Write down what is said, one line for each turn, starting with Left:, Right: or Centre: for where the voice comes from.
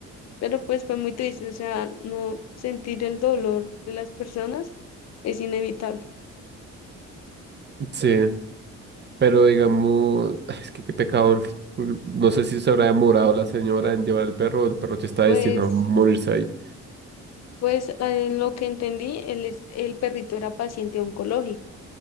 Left: pero pues fue muy triste, o sea, no sentir el dolor de las personas es inevitable.
Right: Sí. Pero digamos, <laughs> <sighs> es que qué pecado. No sé si se habrá demorado la señora en llevar al perro, o el perro ya está
Left: Pues,
Right: destinado a morirse ahí.
Left: pues ah, en lo que entendí, el, es- el perrito era paciente oncológico,